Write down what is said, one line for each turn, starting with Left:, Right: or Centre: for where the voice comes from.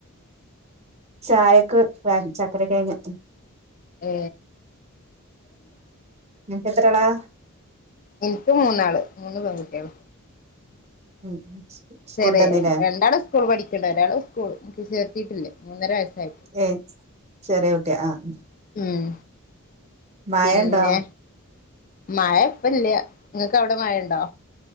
Right: ചായക്ക് ചക്കരക്കെഴങ്ങ്.
Left: ഏ
Right: നിനക്ക് എത്ര ആളാ
Left: ഇൻക്ക് മൂന്നാള് മൂന്ന് പെങ്കുട്ടേള്.
Right: ഉം സ്കൂളിട്ടന്നില്ലേ
Left: ചെറ്യെ രണ്ടാള് സ്കൂൾ പഠിക്ക്ണ്ട് ഒരാള് സ്കൂൾക്ക് ചേർത്തിട്ടില്ല മൂന്നര വയസ്സായി.
Right: ഏയ് ചെറ്യെ കുട്ട്യാ ആഹ്.
Left: ഉം
Right: മഴണ്ടോ
Left: പിന്നെ. മഴ ഇപ്പ ഇല്ല്യ ഇങ്ങക്ക് അവടെ മഴണ്ടോ?